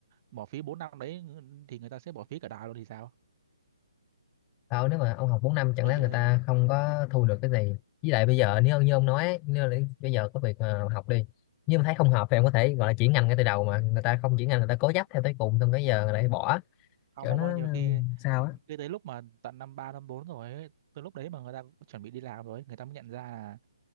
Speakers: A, on the right; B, on the left.
A: bỏ phí 4 năm đấy thì người ta sẽ bỏ phí cả đời luôn thì sao
B: tao nếu mà ông học 4 năm chẳng
A: kiểu
B: lẽ
A: như
B: người ta không có thu được cái gì với lại bây giờ nếu như ông nói ấy, nếu là bây giờ có việc mà học đi nhưng mà thấy không hợp thì em có thể gọi là chuyển ngành ngay từ đầu mà người ta không chuyển ngành người ta cố chấp theo tới cùng xong cái giờ lại bỏ
A: không
B: kiểu
A: ông
B: nó
A: ơi, nhiều
B: ừ,
A: khi
B: sao á
A: cái tới lúc mà tận năm ba năm bốn rồi ấy, tới lúc đấy mà người ta chuẩn bị đi làm rồi ấy, người ta mới nhận ra là